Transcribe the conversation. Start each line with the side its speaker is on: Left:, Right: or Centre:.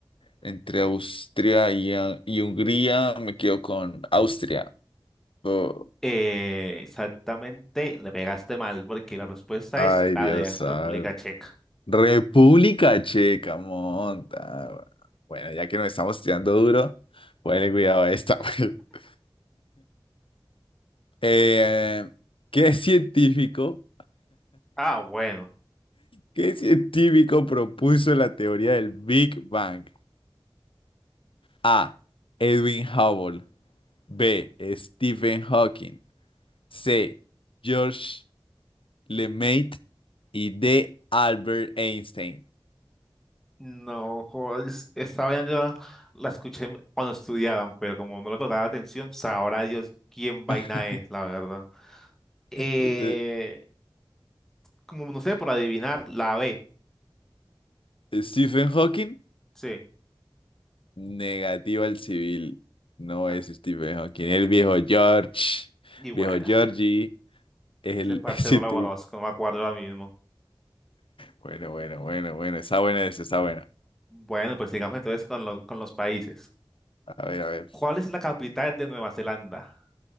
Left: entre Austria y, ah, y Hungría. Me quedo con Austria. Oh,
Centre: Eh, exactamente, le pegaste mal porque la respuesta
Left: ay,
Centre: es la
Left: Dios.
Centre: de
Left: santo.
Centre: República Checa.
Left: República Checa, monta. Bueno, ya que nos estamos tirando duro, ponle cuidado a esta. <laughs> Eh, ¿qué científico,
Centre: Ah, bueno.
Left: qué científico propuso la teoría del Big Bang? A. Edwin Hubble. B. Stephen Hawking. C. George LeMaitre. Y D. Albert Einstein.
Centre: No, joder, es- esta vaina yo la escuché cuando estudiaban, pero como no le colocaba atención, sabrá Dios quién vaina
Left: <laughs>
Centre: es, la verdad. Eh,
Left: Este,
Centre: como no sé, por adivinar, la B.
Left: Stephen Hawking.
Centre: Sí.
Left: Negativo al civil. No
Centre: Ah,
Left: es Stephen Hawking. El viejo George.
Centre: Y bueno,
Left: Viejo Georgie es el
Centre: ese parce
Left: <laughs> científico.
Centre: no la conozco, no me acuerdo ahora mismo.
Left: Bueno, bueno, bueno, bueno. Está bueno ese, está bueno.
Centre: Bueno, pues sigamos entonces con, lo- con los países.
Left: A ver, a ver.
Centre: ¿Cuál es la capital de Nueva Zelanda?